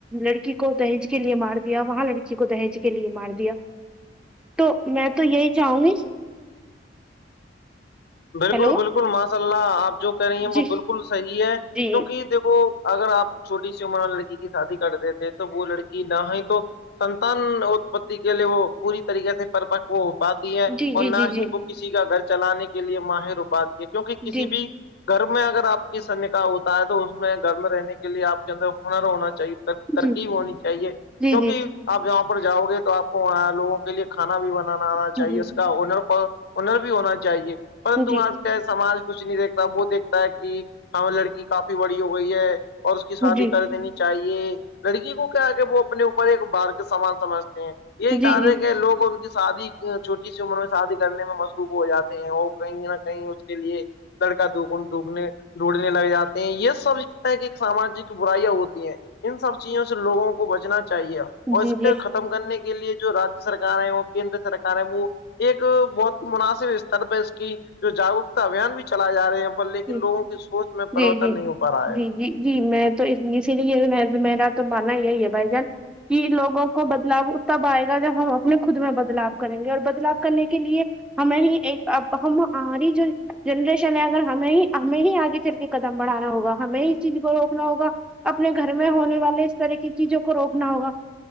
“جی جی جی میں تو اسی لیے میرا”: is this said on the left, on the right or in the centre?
Centre